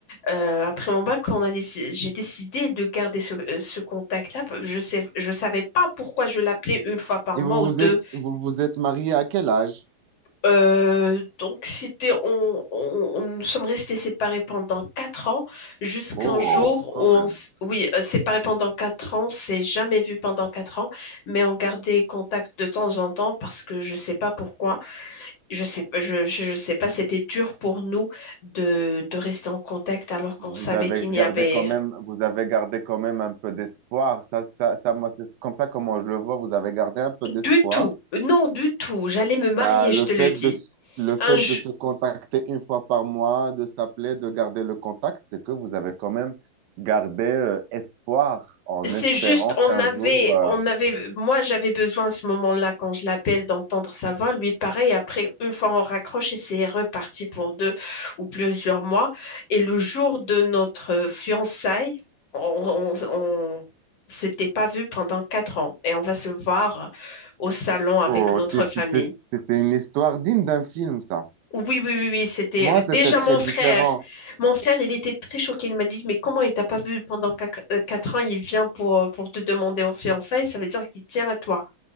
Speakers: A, on the left; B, on the right.
A: euh, après mon bac, on a déci- j'ai décidé de garder ce, euh, ce contact-là. Je sais, je savais pas pourquoi je l'appelais une fois par
B: Et
A: mois
B: vous vous
A: ou deux
B: êtes, vous vous êtes marié à quel âge?
A: Euh, donc, c'était, on, on- on- nous sommes restés séparés pendant quatre ans, jusqu'un
B: Oh,
A: jour
B: quand
A: où on,
B: même.
A: s- oui, euh, séparés pendant quatre ans, c'est jamais vu pendant quatre ans, mais on gardait contact de temps en temps parce que je sais pas pourquoi, je sais, pas- je, je je sais pas, c'était dur pour nous de, de rester en contact alors qu'on
B: Vous
A: savait
B: avez
A: qu'il n'y
B: gardé
A: avait
B: quand même, vous avez gardé quand même un peu d'espoir. Ça, ça, ça, moi, c'est comme ça comment je le vois. Vous avez gardé un peu d'espoir.
A: du tout, non, du tout, j'allais me marier,
B: Bah, le
A: je te
B: fait
A: le dis.
B: de, s- le fait
A: Un, ju-
B: de se contacter une fois par mois, de s'appeler, de garder le contact, c'est que vous avez quand même gardé euh, espoir en
A: C'est
B: espérant
A: juste, on
B: qu'un
A: avait,
B: jour... euh,
A: on avait, moi j'avais besoin à ce moment-là, quand je l'appelle, d'entendre sa voix. Lui, pareil, après, une fois on raccroche et c'est reparti pour deux ou plusieurs mois. Et le jour de notre fiançailles, on, on, on s'était pas vu pendant quatre ans et on va se voir au salon avec
B: oh,
A: notre
B: c'est c'est-
A: famille.
B: c'est- c'est- c'est une histoire digne d'un film, ça.
A: Oui, oui, oui, oui, c'était
B: Moi,
A: euh, déjà
B: c'était très
A: mon
B: différent.
A: frère. Mon frère, il était très choqué. Il m'a dit, mais comment il t'a pas vu pendant quac- euh, quatre ans? Il vient pour, euh, pour te demander en fiançailles. Ça veut dire qu'il tient à toi.